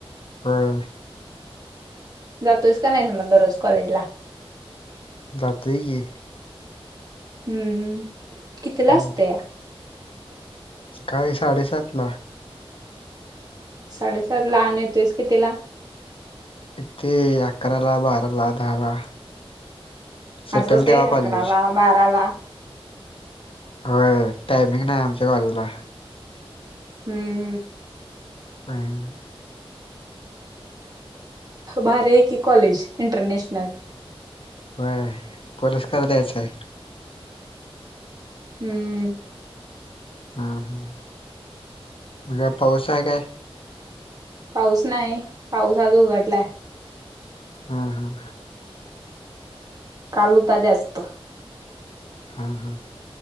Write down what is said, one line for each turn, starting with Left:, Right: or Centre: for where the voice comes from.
Left: हीय....
Right: जातोयस का नाही मग दररोज कॉलेजला?
Left: जातोय की-
Right: हम्म हम्, कितीला
Left: हम्म
Right: असतया -
Left: सकाळी साडेसातला.
Right: साडेसातला आण येतोयस कितिला-
Left: इतके अकराला, बाराला, दहाला, सुटल
Right: असं असतंय
Left: तेव्हा
Right: अकराला,
Left: कॉलेज-
Right: बाराला-
Left: होय व्हयं टायमिंग नाही आमच्या कॉलेजला-
Right: हम्म...
Left: काय -
Right: भारी ये की कॉलेज इंटरनेॅशनल-
Left: व्हय, पुरस्कार द्यायचाय-
Right: हम्म...
Left: हां, हां.. म काय पाऊस आहे काय?
Right: पाऊस नाही, पाऊस आज उघडलाय.
Left: हां.. हा..
Right: काल हुता जास्त.
Left: हा.. हा..